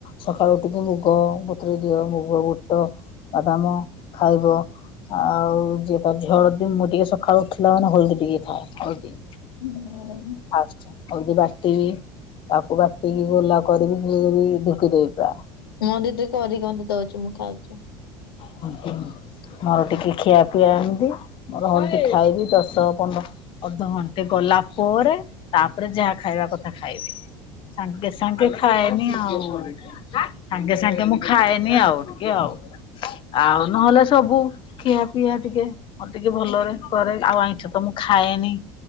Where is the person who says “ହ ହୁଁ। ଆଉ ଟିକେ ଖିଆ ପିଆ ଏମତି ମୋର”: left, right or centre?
Left